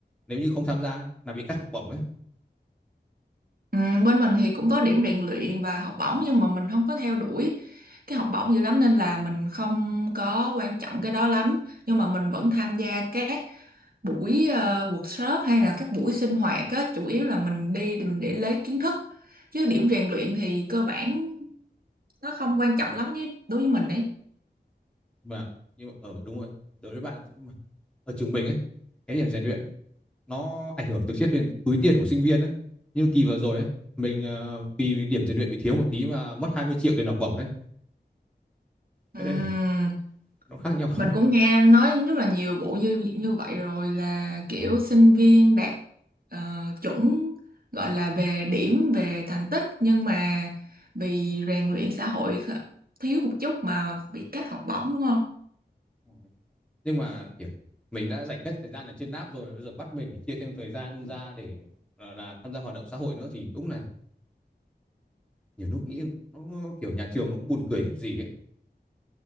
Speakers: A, in the centre; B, on the right.
A: Nếu như không tham gia ấy, là bị cắt học bổng ấy.
B: Ừ, bên mình thì cũng có điểm rèn luyện và học bổng nhưng mà mình không có theo đuổi cái học bổng dữ lắm nên là mình không có quan trọng cái đó lắm nhưng mà mình vẫn tham gia các buổi ờ, workshop hay là các buổi sinh hoạt á chủ yếu là mình đi thì mình để lấy kiến thức chứ điểm rèn luyện thì cơ bản nó không quan trọng lắm với đối với mình
A: Mà nhưng mà, ở đúng rồi, đối với bạn nhưng mà ở trường mình ấy, cái điểm rèn luyện nó ảnh hưởng trực tiếp đến túi tiền của sinh viên đấy Như kỳ vừa rồi ấy, mình ờ, vì điểm rèn luyện bị thiếu một tí mà mất 20 triệu tiền học bổng đấy.
B: đấy
A: Thế nên là nó khác nhau.
B: Mình cũng nghe nói rất là nhiều vụ như như vậy rồi là kiểu
A: <laughs>
B: sinh viên đạt ờ, chuẩn gọi là về điểm về thành tích nhưng mà vì rèn luyện xã hội kh- thiếu một chút mà bị cắt học bổng đúng không?
A: Ờ. Nhưng mà, kiểu, mình đã dành hết thời gian ở trên app rồi, bây giờ bắt mình phải chia thêm thời gian ra để, gọi là, tham gia hoạt động xã hội nữa thì đúng là nhiều lúc nghĩ nó, kiểu, nhà trường nó cũng buồn cười kiểu gì ấy.